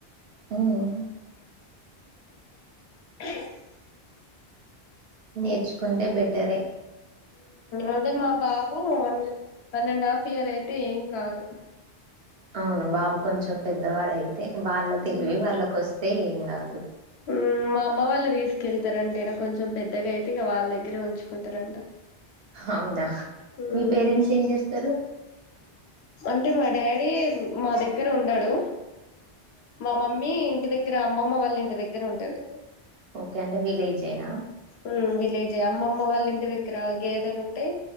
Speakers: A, on the right; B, on the left.
A: హ్మ్.
B: <inaudible>
A: నేర్చుకుంటే బెటరే
B: అదే మా బాబు one one and half year అయితే ఏం కాదు
A: అవును బాబు కొంచెం పెద్దవాడయి అే వాళ్ళ తెలివి
B: మ్మ్
A: వాళ్ళకిొస్తే ఏం కాదు
B: మ్మ్ మా అమ్మ వాళ్ళు తీసుకెళ్తారంటేనా కొంచెం పెద్దగా అయితే ఇక వాళ్ళ దగ్గరే ఉంచుకుంటారంట
A: అవునా
B: మ్మ్
A: మీ పేరెంట్స్ ఏం చేస్తారు
B: అంటే మా డాడీ మా దగ్గర ఉండడు మా మమ్మీ ఇంటి దగ్గర దగ్గర అమ్మమ్మ వాళ్ళ ఇంటి దగ్గర ఉంటది
A: ఓకే అంటే వీలేజ్యినా
B: మ్మ్ విలేజే అమ్మమ్మ వాళ్ళ ఇంటి దగ్గర గేదెలు ఉంటే